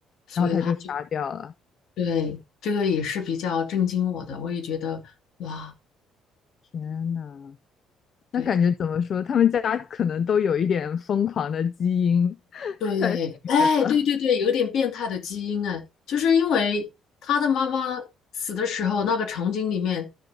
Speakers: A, on the left; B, on the left.
A: 所以他就。
B: 然后他就杀掉了。
A: 对，这个也是比较震惊我的，我也觉得哇，
B: 天呐，
A: 对
B: 那感觉怎么说？他们家可能都有一点疯狂的基因 <laughs>
A: 对，
B: 在里面吧，
A: 哎，对对对，有点变态的基因哎，就是因为他的妈妈死的时候，那个场景里面，